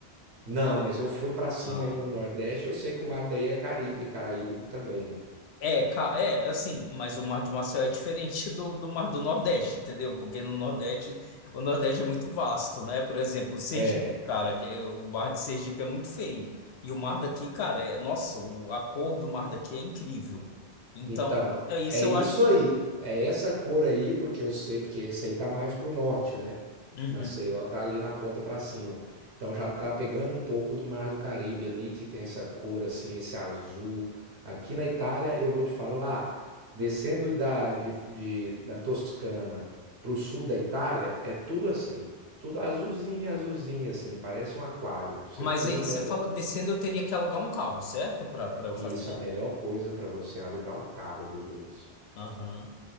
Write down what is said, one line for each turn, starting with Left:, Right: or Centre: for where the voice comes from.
Right: Não, mas eu fui pra cima
Left: Ah,
Right: aí no Nordeste, eu sei que o mar daí é Caribe, caraíbico também, né?
Left: É, ca- é, assim, mas o Mar de Marcel é diferente do, do Mar do Nordeste, entendeu? Porque no Nordeste, o Nordeste é muito vasto, né? Por exemplo, o Sergipe,
Right: É.
Left: cara, que é- o Mar de Sergipe é muito feio. E o mar daqui, cara, é, nossa, o- a cor do mar daqui é incrível. Então,
Right: Então,
Left: é isso
Right: é isso
Left: eu acho que.
Right: aí. É essa cor aí, porque eu sei, porque esse aí tá mais pro norte, né?
Left: Uhum.
Right: Maceió tá ali na ponta pra cima. Então já tá pegando um pouco do Mar do Caribe ali, que tem essa cor assim, esse azul. Aqui na Itália, eu vou te falar, descendo da, de, de- da Toscana pro sul da Itália, é tudo assim. Tudo azulzinho, azulzinho, assim, parece um aquário. Você
Left: Mas
Right: pula,
Left: aí você fala, descendo eu teria que alugar um carro, certo? Pra, pra eu
Right: e
Left: fazer.
Right: isso é a melhor
Left: isso.
Right: coisa pra você alugar um carro, viu, Gleison?
Left: Aham,